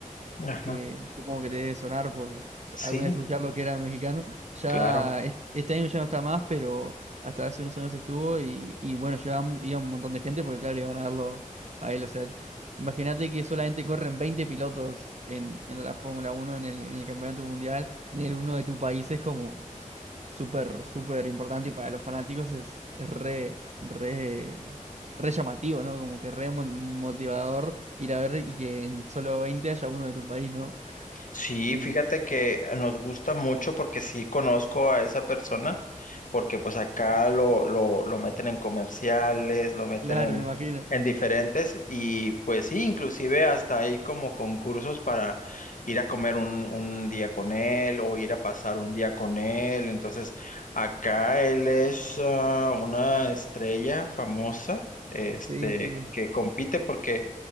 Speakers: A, on the left (about 65°); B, on the right (about 55°).
A: Ajá.
B: que supongo que te debe sonar por
A: Sí,
B: alguna vez escuchar lo que era mexicano. Ya
A: claro.
B: est- este año ya no está más, pero hasta hace unos años estuvo y, y bueno, llevaba, mu- iba un montón de gente porque claro, iban a verlo a él. O sea, imagínate que solamente corren 20 pilotos en, en la Fórmula Uno en el, en el Campeonato Mundial. Tener uno de tu país es como súper, súper importante y para los fanáticos es, es re, re... Re llamativo, ¿no? Como que re mo- motivador ir a ver y que en solo 20 haya uno de tu país, ¿no?
A: Sí,
B: Y
A: fíjate que nos gusta mucho porque sí conozco a esa persona, porque pues acá lo, lo, lo meten en comerciales, lo meten
B: claro,
A: en,
B: me imagino.
A: en diferentes y pues sí, inclusive hasta hay como concursos para ir a comer un, un día con él o ir a pasar un día con él. Entonces, acá él es ah, una estrella famosa, este,
B: Sí, sí.
A: que compite porque...